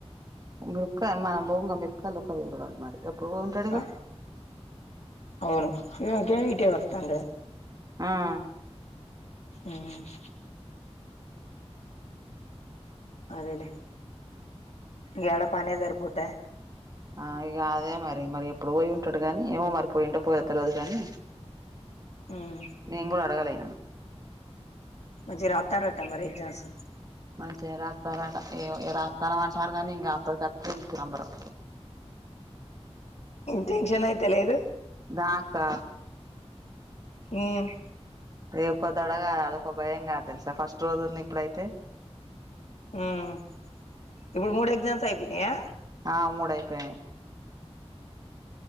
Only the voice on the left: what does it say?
ఆ అవును ఇగ వాటే వర్తాండ
ఉమ్ అదేలే యాడ పనే సరిపోదా
ఉమ్
మంచి రాతార అంట మరి ఎగ్జామ్స్
టెన్షన్ అయితే లేదు
ఉమ్మ్
ఉమ్ ఇప్పుడు మూడు ఎగ్జామ్స్ అయిపోయినాయా